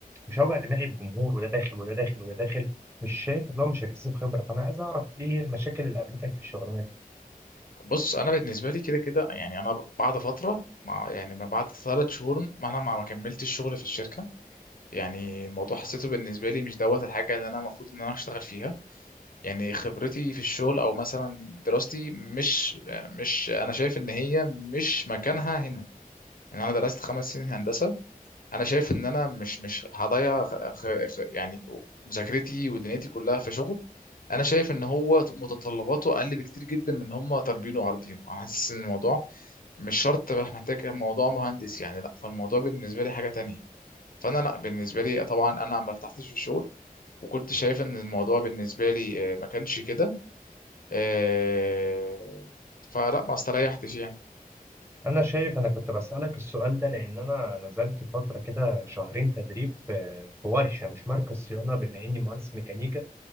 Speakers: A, on the right (about 15°); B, on the left (about 70°).
A: مش هوجع دماغي بجمهور وده داخل وده داخل وده داخل مش شايف اللي هو مش هيكتسب خبره فانا عايز اعرف ايه المشاكل اللي قابلتك في الشغلانه دي
B: بص انا بالنسبه لي كده كده يعني انا بعد فتره مع يعني ما بعد ثلاث شهور ما انا ما ما كملتش الشغل في الشركه يعني الموضوع حسيته بالنسبه لي مش دوت الحاجه اللي انا المفروض ان انا اشتغل فيها يعني خبرتي في الشغل او مثلا دراستي مش مش انا شايف ان هي مش مكانها هنا يعني انا درست خمس سنين هندسه انا شايف ان انا مش مش هضيع خ... خ... خ- يعني مذاكرتي ودنيتي كلها في شغل انا شايف ان هو متطلباته اقل بكتير جدا من ان هم طالبينه وعارضينه انا حاسس ان الموضوع مش شرط بقى محتاج موضوع مهندس يعني لا فالموضوع بالنسبه لي حاجه تانية فانا لا بالنسبه لي طبعا انا ما ارتحتش في الشغل وكنت شايف ان الموضوع بالنسبه لي آه، ما كانش كده آه، فلا ما استريحتش يعني
A: أنا شايف أنا كنت بسألك السؤال ده لأن أنا نزلت فترة كده شهرين تدريب آه، في ورشة مش مركز صيانة بما إني مهندس ميكانيكا